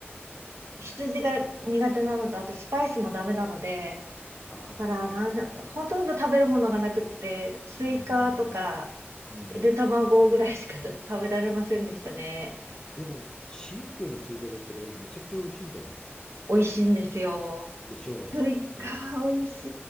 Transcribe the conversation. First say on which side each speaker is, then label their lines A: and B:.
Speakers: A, on the right (about 85°); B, on the left (about 15°).
A: 羊が苦手なのと、あとスパイスもダメなので、
B: あ
A: だから、なちょっと、ほとんど食べるものがなくって、
B: あ、
A: スイカとか、
B: うんうん。うん。うん。
A: ゆで卵ぐらいしか食べられませんでしたね。
B: でも、新居のスイカだったらめちゃくちゃ美味しいんじゃない
A: 美味しいんですよ。
B: でしょう。
A: スイカ、
B: うん。
A: 美味し